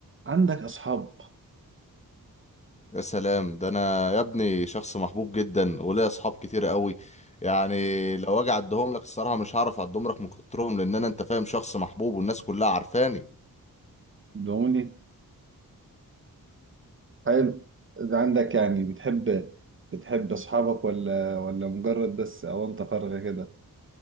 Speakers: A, on the right (about 35°); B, on the left (about 20°).
A: عندك أصحاب
B: يا سلام ده انا يا ابني شخص محبوب جدا وليا اصحاب كتير قوي يعني لو اجي اعدهم لك الصراحه مش هعرف اعدهم لك من كترهم لان انا انت فاهم شخص محبوب والناس كلها عارفاني
A: بيقولي حلو ده عندك يعني بتحب بتحب أصحابك ولا ولا مجرد بس أونطة فارغة كده